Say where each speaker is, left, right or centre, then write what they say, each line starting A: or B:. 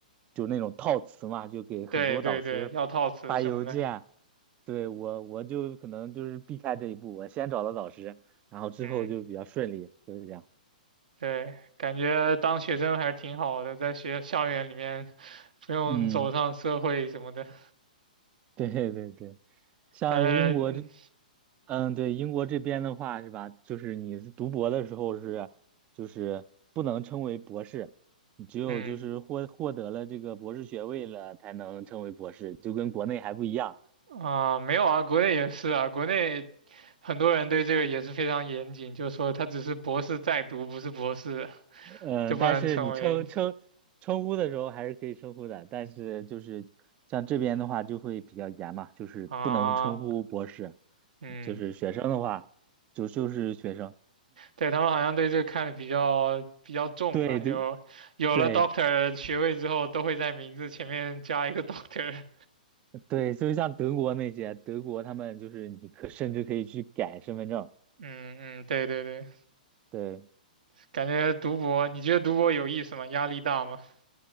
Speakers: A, on the right; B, on the right.
A: 就那种套词嘛，就给很多导师
B: 对对对，要套词什么的，
A: 发邮件，对我我就可能就是避开这一步，我先找到导师，然后之后就比较顺利，
B: 嗯，
A: 就是这样。
B: 对，感觉当学生还是挺好的，在学校园里面不用走上社会什么的。
A: 嗯，对对对。像英国这，
B: 但是，嗯
A: 嗯，对，英国这边的话是吧，就是你是读博的时候是，就是不能称为博士，你只有就是获获得了这个博士学位了才能称为博士，
B: 嗯
A: 就跟国内还不一样。
B: 啊、没有啊，国内也是啊，国内很多人对这个也是非常严谨，就说他只是博士在读，不是博士，
A: 嗯，
B: 就不能成为
A: 但是你称称称呼的时候还是可以称呼的，但是就是像这边的话就会比较严嘛，就是不能称呼博士，
B: 啊，嗯。
A: 就是学生的话就就是学生，
B: 对，他们好像对这个看的比较比较重吧，
A: 对对
B: 就有了
A: 对。
B: Doctor 学位之后，都会在名字前面加一个 <laughs> Doctor。
A: 对，就是像德国那些，德国他们就是你可甚至可以去改身份证，
B: 嗯嗯，对对对，
A: 对，
B: 感觉读博，你觉得读博有意思吗？压力大吗？<laughs>